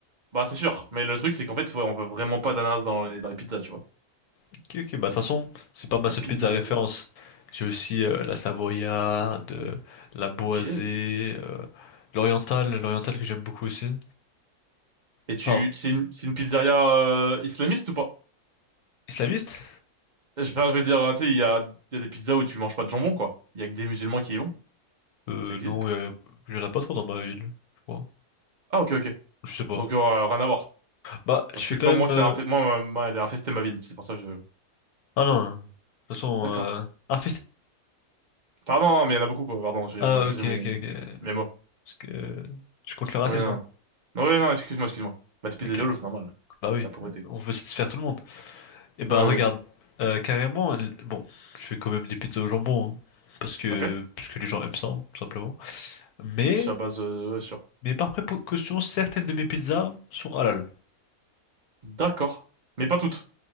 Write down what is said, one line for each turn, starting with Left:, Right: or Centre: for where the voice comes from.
Right: bah c'est sûr. Mais le truc c'est qu'en fait, ouais, on veut vraiment pas d'ananas dans les dans les pizzas, tu vois.
Left: Ok, ok, bah de toute façon, c'est pas ma
Right: T'as
Left: seule
Right: un pizzaiolo
Left: pizza référence.
Right: quoi.
Left: J'ai aussi euh, la savoyarde, euh, la boisée,
Right: Ok. Et
Left: euh, l'orientale, l'orientale que j'aime beaucoup aussi. Enfin,
Right: tu c'est une c'est une pizzeria euh, islamiste ou pas?
Left: islamiste?
Right: Je enfin, je veux dire, euh, tu sais, il y a il y a des pizzas où tu manges pas de jambon quoi. Il y a que des musulmans qui y vont.
Left: Euh,
Right: Ça existe.
Left: non, euh, il y en a pas trop dans ma ville, je crois.
Right: Ah ok ok.
Left: Je sais pas.
Right: Donc euh, rien à voir.
Left: Bah, je
Right: Parce
Left: suis
Right: que comme
Left: quand même.
Right: moi c'est
Left: euh,
Right: infesté, moi ma- ma- elle est infestée ma ville, c'est pour ça que je
Left: Ah non, hein. de toute façon...
Right: D'accord.
Left: Euh... Ah,
Right: Enfin, non, non, mais il y en a beaucoup, quoi. Pardon, j'ai
Left: Ah,
Right: mal choisi
Left: ok,
Right: mes,
Left: ok, ok.
Right: mes mots.
Left: Parce que euh, je suis contre le racisme.
Right: Oui, non.
Left: hein.
Right: Non, oui, non, excuse-moi, excuse-moi. Bah, t'es pizzaïolo,
Left: Ok,
Right: c'est normal.
Left: bah oui,
Right: C'est la pauvreté.
Left: on veut satisfaire tout le monde. Et bah
Right: Oui, oui,
Left: regarde,
Right: oui.
Left: euh, carrément, l- bon, je fais quand même des pizzas au jambon, hein, parce que,
Right: Ok.
Left: parce que les gens aiment ça, hein, tout simplement. Mais,
Right: C'est la base, euh, ouais, sûr.
Left: mais par précaution, certaines de mes pizzas sont halal.
Right: D'accord. Mais pas toutes.